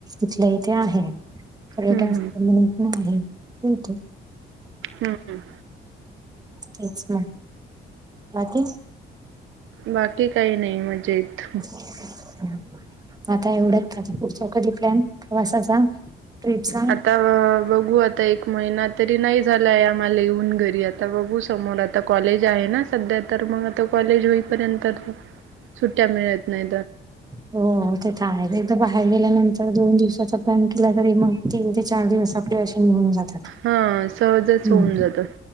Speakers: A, on the right; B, on the right.
A: इथल्या इथ आहे. पर्यटन
B: हम्म
A: स्थळ
B: हम्म
A: म्हणून पण आहेत.
B: हम्म.
A: तेच म. बाकी.
B: बाकी काही नाही मजेत.
A: हम् <unintelligible> आता एवढत पुढचा कधी प्लॅन. प्रवासाचा. ट्रीपचा.
B: आता बघू. आता एक महिना तरी नाही झालाय. आम्हाला येऊन घरी. आता बघू समोर आता. आता कॉलेज आहे ना. सध्या तर मग आता कॉलेज होईपर्यंत. सुट्ट्या मिळत नाही.
A: हो ते तर आहे. एकदा बाहेर गेल्यानंतर दोन दिवसाचा प्लॅन केला तरी, मग तीन ते चार दिवसात - पुरेशे होऊन जातात.
B: हा सहजच
A: हम्म.
B: होऊन जातात